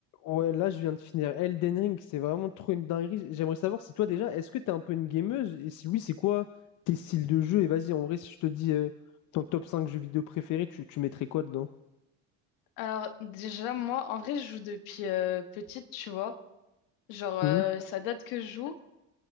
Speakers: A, on the left; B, on the left.
A: Ouais, là, je viens de finir Elden Ring, c'est vraiment trop une dinguerie. J'aimerais savoir si toi déjà, est-ce que t'es un peu une gameuse? Et si oui, c'est quoi tes styles de jeu? Et vas-y, en vrai, si je te dis euh, ton top 5 jeux vidéo préférés, tu, tu mettrais quoi dedans?
B: Alors déjà, moi, en vrai, je joue depuis euh, petite, tu vois. Genre, euh,
A: Hmm Genre,
B: ça
A: en
B: date que je joue.
A: fait,